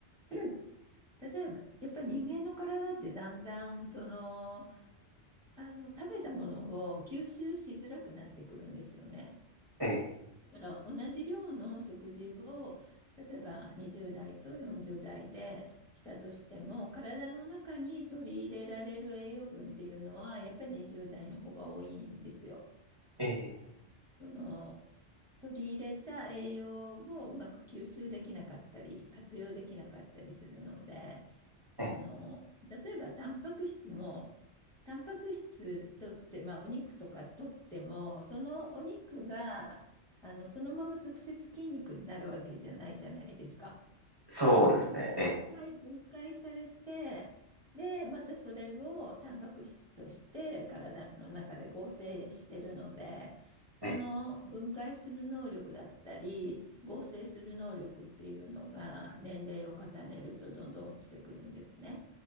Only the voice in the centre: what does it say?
うん例えば、やっぱり人間の体ってだんだん、その、あの、食べたものを吸収しづらくなってくるんですよね。
だから同じ量の食事を、例えば20代と40代でしたとしても、体の中に取り入れられる栄養分っていうのは、やっぱり20代の方が多いんですよ。
その、取り入れた栄養をうまく吸収できなかったり、活用できなかったりするので、
その、例えばタンパク質も、タンパク質とって、まあ、お肉とかとっても、そのお肉が、あの、そのまま直接筋肉になるわけじゃないじゃないですか。
一回分解されて、
で、またそれをタンパク質として体の中で合成してるので、その分解する能力だったり、
合成する能力っていうのが年齢を重ねるとどんどん落ちてくるんですね。